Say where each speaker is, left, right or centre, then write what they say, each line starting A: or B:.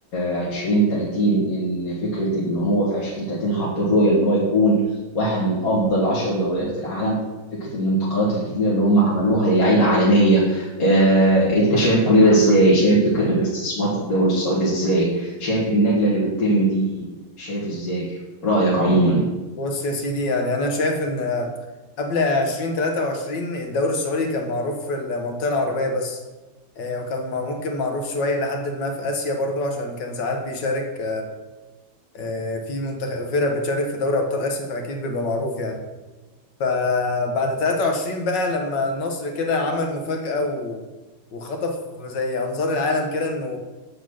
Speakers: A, on the left; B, on the left.
A: عشرين تلاتين ان فكرة ان هو في عشرين تلاتين حاطين رؤية ان هو يكون واحد من افضل عشر دوريات في العالم فكرة الانتقالات الكتيرة اللي هم عملوها للعيبة عالمية آه، انت شايف كل ده ازاي شايف فكرة الاستثمار في الدوري السعودي ازاي شايف النقلة اللي بتتم دي شايف ازاي رأيك عموما
B: بص يا سيدي يعني انا شايف ان آه، قبل 2023 الدوري السعودي كان معروف في المنطقه العربيه بس آه، وكان مع- ممكن معروف شويه لحد ما في اسيا برضو عشان كان ساعات بيشارك آه، في منتخب فرق بتشارك في دوري ابطال اسيا فاكيد بيبقى معروف يعني فبعد 23 بقى لما النصر كده عمل مفاجاه و... وخطف زي انظار العالم كده انه